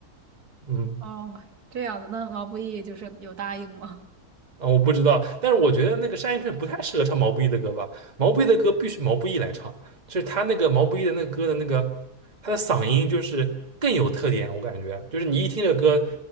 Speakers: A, on the right; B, on the right.
A: 嗯，
B: 哦，这样子，那毛不易就是有答应吗？
A: 啊，我不知道，但是我觉得那个单依纯不太适合唱毛不易的歌吧，毛不易的歌必须毛不易来唱，就是他那个毛不易的那个歌的那个他的嗓音就是更有特点，我感觉就是你一听这歌